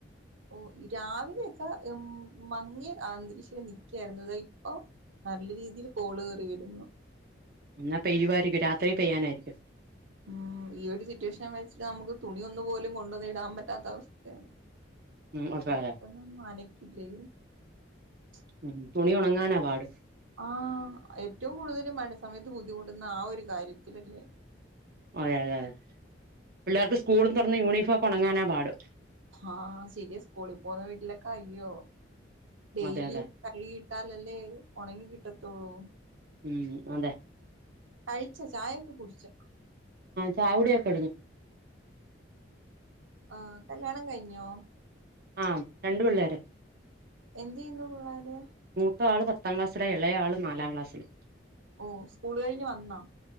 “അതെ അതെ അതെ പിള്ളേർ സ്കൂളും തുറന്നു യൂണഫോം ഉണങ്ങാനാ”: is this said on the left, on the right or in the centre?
Right